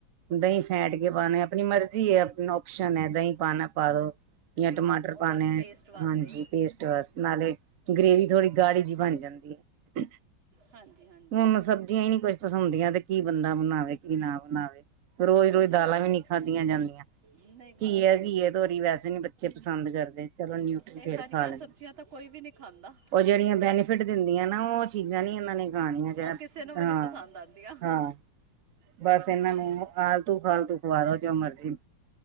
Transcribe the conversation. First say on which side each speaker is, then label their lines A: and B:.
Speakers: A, on the right; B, on the right.
A: ਦਹੀਂ ਫੈਟ ਕੇ ਪਾਉਣਾ ਆਪਣੀ ਮਰਜ਼ੀ ਹੈ। ਆਪਣਾ ਓਪਸ਼ਨ ਹੈ। ਦਹੀਂ ਪਾਉਣਾ ਪਾ ਲੋ। ਜਾਂ ਟਮਾਟਰ
B: ਉਹ
A: ਪਾਉਣੇ
B: ਬਸ ਟੇਸਟ
A: ਆ
B: ਵਾਸਤੇ
A: ਹਾਂਜੀ ਪੇਸਟ ਵਾਸਤੇ ਨਾਲੇ। ਗਰੇਵੀ ਥੋੜ੍ਹੀ ਗਾੜੀ ਜਿਹੀ ਬਣ ਜਾਂਦੀ ਹੈ।
B: ਹਾਂਜੀ ਹਾਂਜੀ
A: ਹੁਣ ਸਬਜ਼ੀਆਂ ਹੀ ਨੀ ਕੁਛ। ਪਸੰਦੀਆਂ ਤੇ ਕੀ ਬੰਦਾ ਬਣਾਵੇ ਕੀ ਨਾ ਬਣਾਵੇ। ਰੋਜ਼-ਰੋਜ਼
B: ਉਹ ਤੇ
A: ਦਾਲਾਂ
B: ਹੈ ਹੀ
A: ਵੀ
B: ਹੈ।
A: ਨਹੀਂ ਖਾਦੀਆਂ ਜਾਂਦੀਆਂ
B: ਨਹੀਂ ਖਾ
A: ਘੀਏ-ਘੀਏ
B: ਸਕਦੇ
A: ਤੋਰੀ ਵੈਸੇ ਨੀ ਬੱਚੇ। ਪਸੰਦ ਕਰਦੇ। ਚਲੋ ਨਿਊਟਰੀ
B: ਇਹ
A: ਫੇਰ
B: ਹਰੀਆਂ
A: ਖਾ ਲੈਣੀ
B: ਸਬਜ਼ੀਆਂ ਤਾਂ ਕੋਈ ਵੀ ਨਹੀਂ ਖਾਂਦਾ
A: ਉਹ ਜਿਹੜੀਆਂ ਬੈਨੀਫਿਟ ਦਿੰਦੀਆਂ ਨਾ ਉਹ ਚੀਜ਼ਾਂ ਨੀ। ਇਹਨਾਂ ਨੇ ਖਣੀਆ
B: ਉਹ ਕਿਸੇ ਨੂੰ
A: ਹਾਂ-ਹਾਂ
B: ਵੀ ਨਹੀਂ ਪਸੰਦ ਆਉਂਦੀਆਂ
A: ਬਸ ਇਹਨਾਂ ਨੂੰ ਆਲਤੂ ਫਾਲਤੂ ਖਵਾ ਲੋ ਜੋ ਮਰਜ਼ੀ।